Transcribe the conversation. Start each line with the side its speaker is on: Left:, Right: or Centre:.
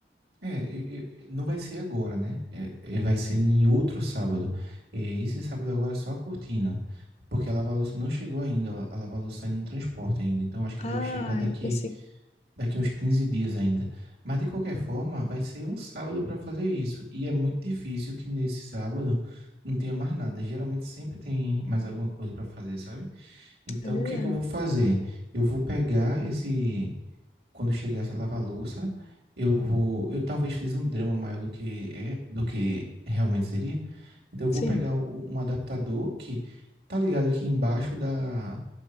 Right: É, e- e- não vai ser agora, né? É, é, vai ser em outro sábado. É, esse sábado agora é só a cortina, porque a lava-louça não chegou ainda, a lava-louça está indo no transporte ainda, então acho que
Left: Ah,
Right: deve chegar daqui,
Left: eu pensei que
Right: daqui uns 15 dias ainda. Mas de qualquer forma, vai ser um sábado para fazer isso, e é muito difícil que nesse sábado não tenha mais nada. Geralmente sempre tem mais alguma coisa para fazer, sabe? Então
Left: é verdade.
Right: o que é que eu vou fazer? Eu vou pegar esse quando chegar essa lava-louça, eu vou, eu talvez fiz um drama maior do que é, do que realmente seria. Então eu
Left: Sim.
Right: vou pegar o- um adaptador que tá ligado que embaixo da